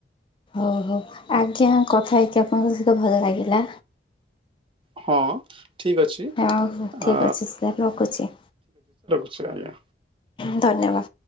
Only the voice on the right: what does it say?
ହଁ ଠିକ ଅଛି
ଆ
ଆ